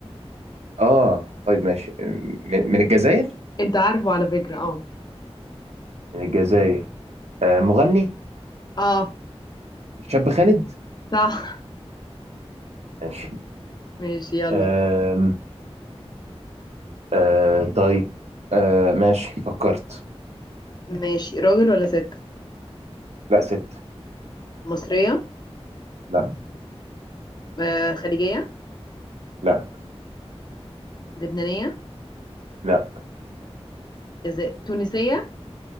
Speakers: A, on the right; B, on the left.
A: اه طيب ماشي من, من الجزائر
B: أنت عارفه على فكرة أه
A: من الجزائر آه مغني
B: أه
A: شاب خالد
B: صح
A: ماشي
B: ماشي يلا
A: آم آه طيب آه ماشي فكرت
B: ماشي راجل ولا ست
A: لا ست
B: مصرية
A: لا
B: آه، خليجية
A: لا
B: لبنانية
A: لا
B: جزائر تونسية